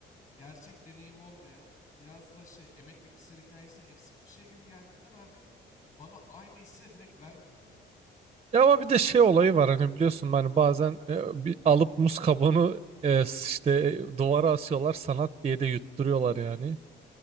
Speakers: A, on the left; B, on the right.
A: gerçek deneyimi olmayan, biraz da şey emek ve kişisel hikayesi eksik bir şey gibi geldiğinden abi bana aynı hissi de direkt vermiyor ya.
B: Ya ama bir de şey olayı var hani biliyorsun hani bazen e, bir alıp muz kabuğunu e, s- işte e, duvara asıyorlar sanat diye de yutturuyorlar yani.